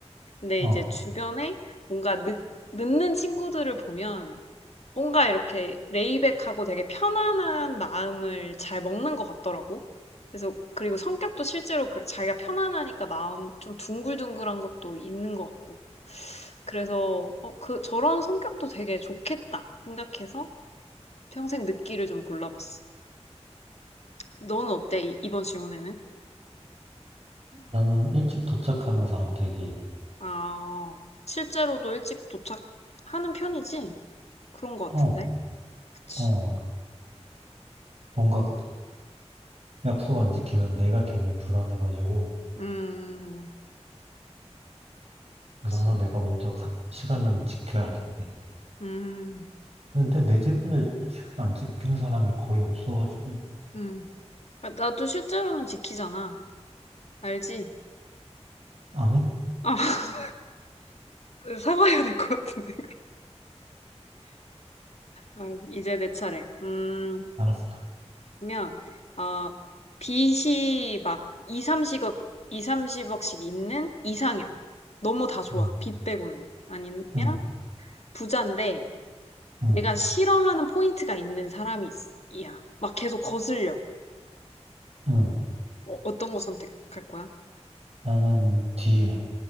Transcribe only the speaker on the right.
어,
나는 일찍 도착하는 사람 되기.
어,
어, 뭔가 약속 안 지키면 내가 괜히 불안해가지고.
그래서
항상 내가 먼저 가- 시간은 지켜야 돼.
근데 내 주변에 지금 안 지키는 사람이 거의 없어가지고.
아니?
알았어.
응,
응,
응,
응.
나는 뒤에.